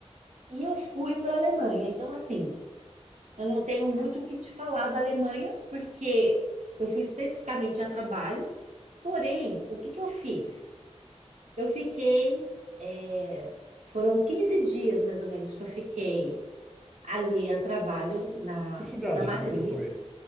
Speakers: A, on the right; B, in the centre.
A: E eu fui para a Alemanha. Então, assim, eu não tenho muito o que te falar da Alemanha, porque eu fui especificamente a trabalho. Porém, o que que eu fiz? Eu fiquei, é, foram 15 dias mais ou menos que eu fiquei ali a trabalho na,
B: Que cidade
A: na matriz.
B: que você foi?